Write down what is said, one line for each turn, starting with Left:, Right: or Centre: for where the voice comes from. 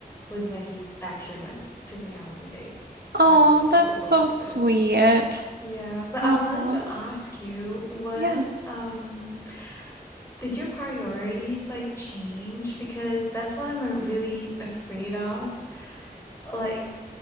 Left: was when he actually went took me out on a date. So
Right: Oh,
Left: just
Right: that's
Left: the both
Right: so
Left: of
Right: sweet.
Left: us. Yeah, but
Right: Oh,
Left: I wanted to ask you what
Right: Yeah.
Left: um Did your priorities like change? Because that's what I'm uh, really afraid of. Like,